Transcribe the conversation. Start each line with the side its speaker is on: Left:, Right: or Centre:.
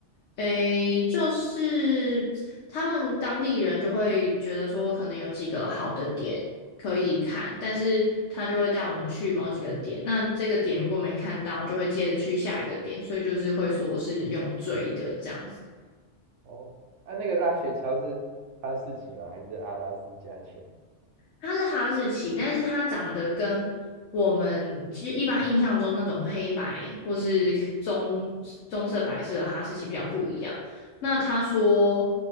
Left: 诶，就是他们当地人就会觉得说，可能有几个好的点可以看，但是他就会带我们去某几个点。那这个点如果没看到，就会接着去下一个点，所以就是会说是用追的这样子。
Right: 哦。啊，那个拉雪橇是哈士奇吗？还是阿拉斯加犬？
Left: 它是哈士奇，但是它长得跟我们就是一般印象中那种黑白或是棕棕色、白色的哈士奇比较不一样。那他说，